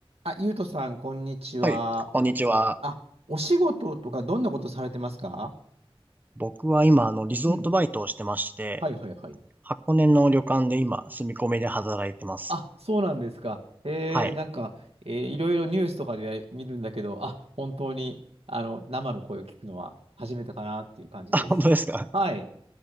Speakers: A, on the right; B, on the right.
A: あ、ゆうとさん、こんにちは。
B: はい、こんにちは。
A: あ、お仕事とかどんなことされてますか
B: 僕は今、あの、リゾートバイトをしてまして、
A: うん。はいはいはい。
B: 箱根の旅館で今、住み込みで働いてます。
A: あ、そうなんですか。えー、
B: はい。
A: なんか、えーいろいろニュースとかで見るんだけど、あ、本当に、あの、生の声を聞くのは初めてかなっていう感じです。
B: <laughs> あ、本当ですか
A: はい。